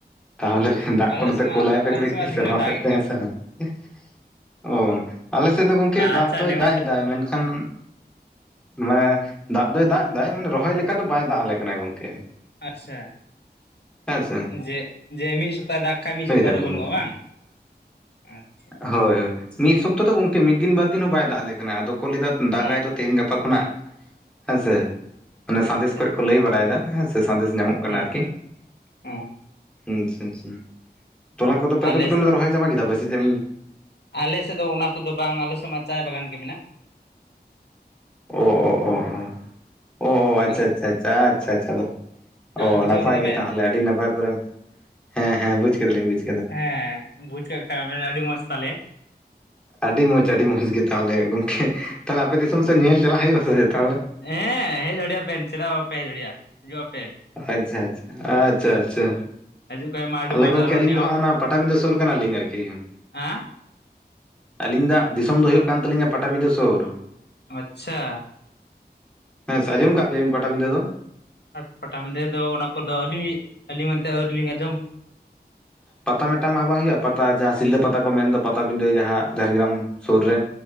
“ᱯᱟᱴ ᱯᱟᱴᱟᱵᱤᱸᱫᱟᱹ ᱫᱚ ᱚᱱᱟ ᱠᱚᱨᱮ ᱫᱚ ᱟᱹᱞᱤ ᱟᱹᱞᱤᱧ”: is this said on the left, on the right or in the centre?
Left